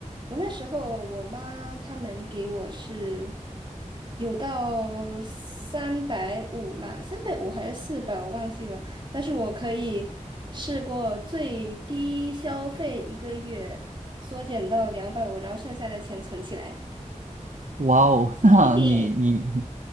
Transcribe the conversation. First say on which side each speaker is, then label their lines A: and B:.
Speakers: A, on the right; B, on the right.
A: 我那时候我妈他们给我是有到三百五啦，三百五还是四百，我忘记了。但是我可以试过最低消费一个月缩减到两百五，然后剩下的钱存起来。<laughs>
B: 哇哦，<laughs> 那你你
A: 嘿嘿，